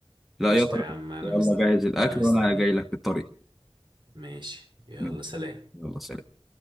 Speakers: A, in the centre; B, on the right.
A: لا
B: قشطة
A: يلا
B: يا عم انا
A: يلا
B: مست...
A: جهز الأكل
B: انا مستنيك
A: وأنا جاي لك في الطريق
B: ماشي يلا
A: ماشي.
B: سلام
A: يلا سلام